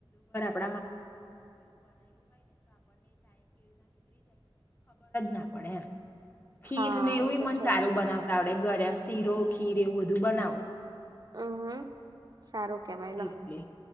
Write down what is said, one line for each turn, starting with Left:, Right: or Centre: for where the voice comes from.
Left: જ ના પડે, એમ ખીરને
Right: હા
Left: એવું
Right: એ તો
Left: મન
Right: છે
Left: સારું
Right: જ
Left: બનાવતા આવડે ગરમ શીરો ખીર એવું બધું બનાવુ.
Right: હમ હમ સારું. કેવાય લો
Left: એટલે.